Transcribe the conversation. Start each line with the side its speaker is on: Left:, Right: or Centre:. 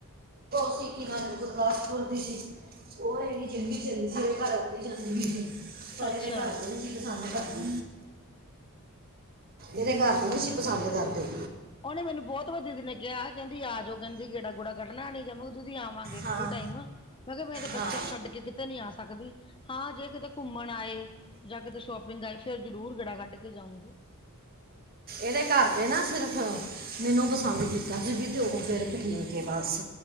Right: ਇਕ ਗੁਰਦਾਸਪੁਰ ਦੀ ਸੀ, ਉਹ ਏਦੀ ਚੰਗੀ ਸੇਹਲੀ ਸੀ, ਏਦੇ ਘਰ ਜਾਂਦੀ ਸੀ। ਪਰ
Left: ਅੱਛਾ
Right: ਇਹਦੇ ਘਰ
Left: ਕਿ
Right: ਦੇ, ਨੀ ਸੀ ਪਸੰਦ ਕਰਦੇ। ਇਹਦੇ ਘਰ ਦੇ, ਨਹੀਂ ਸੀ ਪਸੰਦ ਕਰਦੇ।
Left: ਉਹਨੇ ਮੈਨੂੰ ਬਹੁਤ ਵਧਦੀ ਨੇ ਕਿਹਾ ਕਹਿੰਦੀ ਆ ਜਾਉ, ਕਹਿੰਦੀ ਗੇੜਾ ਗੂੜਾ ਕੱਢਣਾ ਨਹੀਂ, ਮੈਂ ਕੇਹਾ ਦੀਦੀ ਆਵਾਂਗੇ।
Right: ਹਾਂ
Left: ਫ੍ਰੀ ਟਾਈਮ, ਮੈਂ ਕਿਹਾ ਮੈਂ ਇਹਦੇ
Right: ਹਾਂ
Left: ਬੱਚਿਆਂ ਨੂੰ ਛੱਡ ਕੇ ਕਿਤੇ ਨੀ ਆ ਸਕਦੀ, ਹਾਂ ਜੇ ਕਿਤੇ ਘੁੰਮਣ ਆਏ, ਜਾਂ ਕਿਤੇ ਸ਼ੋਪਿੰਗ ਆਏ ਫੇਰ ਜ਼ਰੂਰ ਗੇੜਾ ਕੱਢ ਕੇ ਜਾਊਂਗੀ।
Right: ਏਦੇ ਘਰਦੇ ਨਾ ਸਿਰਫ ਮੈਨੂੰ ਪਸੰਦ ਕੀਤਾ ਸੀ, ਫਿਰ ਵੀ ਉਹ ਫਿਰ ਠੀਕ ਹੈ, ਬਸ